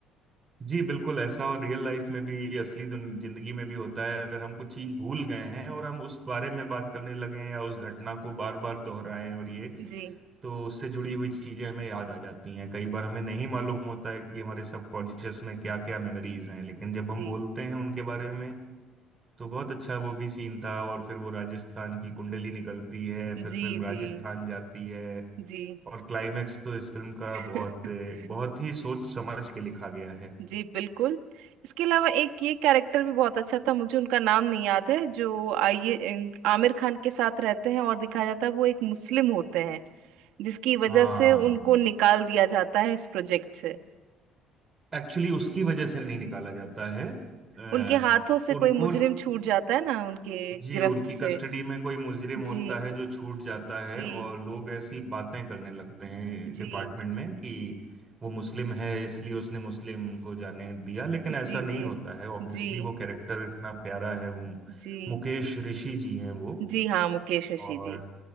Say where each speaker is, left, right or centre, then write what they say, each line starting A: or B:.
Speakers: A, on the right (about 25°); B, on the right (about 85°).
A: जी बिल्कुल ऐसा और रियल लाइफ में भी असली दुन- जिंदगी में भी होता है अगर हम कुछ चीज भूल गए हैं और हम उस बारे में बात करने लगे हैं या उस घटना को बार बार दोहराएं और ये
B: जी
A: तो उससे जुड़ी हुई चीजें हमें याद आ जाती हैं कई बार हमें नहीं मालूम होता है कि हमारे सबकॉन्शियस में क्या क्या मेमोरीज हैं लेकिन जब हम
B: जी
A: बोलते हैं उनके बारे में तो बहुत अच्छा वो भी सीन था और फिर वो राजस्थान की कुंडली निकलती है फिर
B: जी
A: फिल्म राजस्थान
B: जी
A: जाती है
B: जी
A: और क्लाइमेक्स तो इस फिल्म का बहुत
B: <laughs>
A: बहुत ही सोच समझ के लिखा गया
B: जी बिल्कुल इसके अलावा एक ये कैरेक्टर भी बहुत अच्छा था मुझे उनका नाम नहीं याद है जो आ- ये इन- आमिर खान के साथ रहते हैं और दिखाया जाता है वो एक मुस्लिम होते हैं जिसकी वजह
A: हाँ
B: से उनको निकाल दिया जाता है इस प्रोजेक्ट से
A: एक्चुअली उसकी वजह से नहीं निकाला जाता है अ,
B: उनके हाथों से कोई
A: उनको
B: मुजरिम छूट जाता है ना उनके गिरफ्त
A: जी उनकी
B: से
A: कस्टडी में कोई मुजरिम
B: जी
A: होता है जो छूट जाता है
B: जी
A: और लोग ऐसी बातें करने लगते हैं
B: जी
A: डिपार्टमेंट में कि वो मुस्लिम है इसलिए उसने मुस्लिम को जाने दिया लेकिन ऐसा
B: जी
A: नहीं
B: जी
A: होता है ऑब्वियसली
B: जी
A: वो कैरेक्टर इतना प्यारा है वो
B: जी
A: मुकेश ऋषि जी हैं वो
B: जी हाँ मुकेश ऋषि
A: और
B: जी